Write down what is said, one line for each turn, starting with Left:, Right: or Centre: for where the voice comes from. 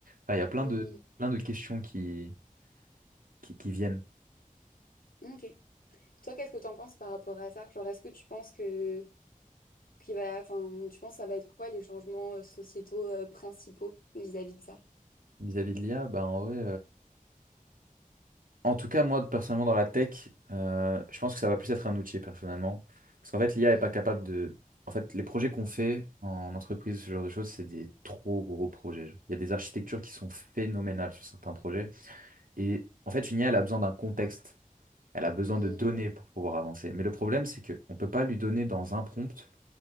Right: Enfin, Il y a plein
Left: Mhm.
Right: de, plein de questions qui, qui, qui viennent
Left: Ok. Toi, qu'est-ce que t'en penses par rapport à ça? Genre, est-ce que tu penses que qu'il va, enfin, tu penses que ça va être quoi les changements euh, sociétaux euh, principaux vis-à-vis de ça?
Right: vis-à-vis de l'IA. Bah, en vrai, En tout cas, moi, personnellement, dans la tech, euh, je pense que ça va plus être un outil, personnellement. Parce qu'en fait, l'IA
Left: Mhm.
Right: est pas capable de... En fait, les projets qu'on fait en entreprise, ce genre de choses, c'est des trop gros projets. genre. Il y a des architectures qui sont phénoménales sur certains projets. Et en fait, une IA, elle a besoin d'un contexte. Elle a besoin
Left: Mhm.
Right: de données pour pouvoir avancer. Mais le problème, c'est qu'on ne peut pas lui donner dans un prompt